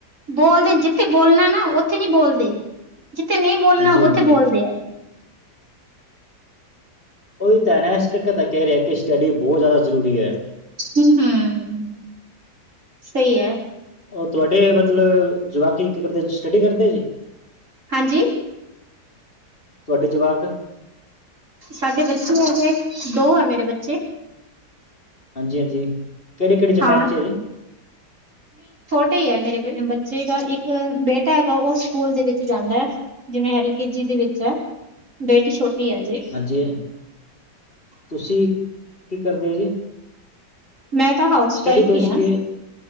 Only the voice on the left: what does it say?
ਹਾਂਜੀ ਹਾਂਜੀ
ਓ ਤਾਂ ਨਾ ਇਸ ਕਰਕੇ ਤਾਂ ਕਹਿ ਰਿਹਾ ਕਿ ਸਟੱਡੀ ਬਹੁਤ ਜ਼ਿਆਦਾ ਜ਼ਰੂਰੀ ਹੈ।
ਉਹ ਤੁਹਾਡੇ ਮਤਲਬ ਜਵਾਕੀ ਕੀ ਕਰਦੇ ਸਟੱਡੀ ਕਰਦੇ ਜੀ
ਤੁਹਾਡੇ ਜਵਾਕ
ਹਾਂਜੀ ਹਾਂਜੀ ਕਿਹੜੀ ਕਿਹੜੀ ਜਮਾਤ
ਚ ਹੈ ਜੀ
ਹਾਂਜੀ ਤੁਸੀਂ ਕੀ ਕਰਦੇ ਹੋ ਜੀ
ਸਟੱਡੀ
ਤੁਸੀਂ
ਕਿ